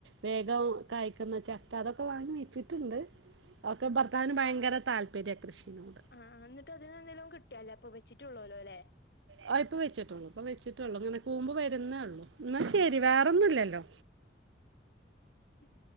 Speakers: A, on the right; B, on the left.
A: വേഗം കഴ്ക്കുന്ന ചക്ക, അതൊക്കെ വാങ്ങി വച്ചിട്ടുണ്ട്. ഒക്കെ ഭർത്താവിന് ഭയങ്കര താല്പര്യ. കൃഷിനോട്
B: ആ ആ. ന്നിട്ട് അതിന്ന് ന്തേലും കിട്ടോ? ഇപ്പൊ വെച്ചിട്ടൊള്ളൊലോ ല്ലേ?
A: ആ ഇപ്പ വെച്ചിട്ടുള്ളൂ, ഇപ്പൊ വെച്ചിട്ടുള്ളു. ഇങ്ങനെ കൂമ്പ് വരുന്നേ ഉള്ളൂ. ന്നാ ശെരി.
B: ആഹ്
A: വേറൊന്നുല്ലല്ലോ?
B: ഉം.